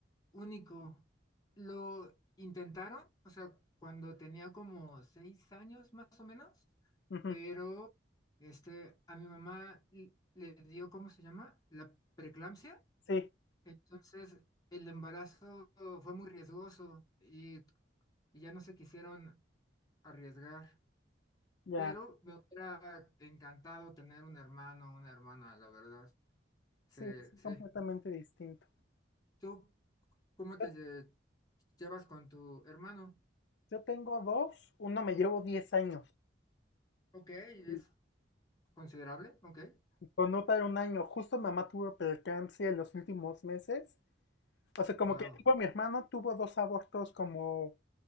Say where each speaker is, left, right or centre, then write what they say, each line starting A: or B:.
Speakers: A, on the left; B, on the left.
A: único. Lo intentaron, o sea, cuando tenía como seis años más o menos,
B: Ujú,
A: pero este, a mi mamá l- le dio, ¿cómo se llama? La preeclampsia.
B: Sí,
A: Entonces, el embarazo fue muy riesgoso y, y ya no se quisieron arriesgar.
B: ya.
A: Pero me hubiera encantado tener un hermano o una hermana, la verdad. Sí,
B: Sí, es
A: sí.
B: completamente distinto.
A: ¿Tú cómo te
B: Yo,
A: lle- llevas con tu hermano?
B: yo tengo dos, uno me llevo 10 años.
A: Ok, es
B: y
A: considerable, ok.
B: y Con otra un año. Justo mamá tuvo preeclampsia en los últimos meses O sea, como
A: Wow,
B: que tipo, mi hermano tuvo dos abortos como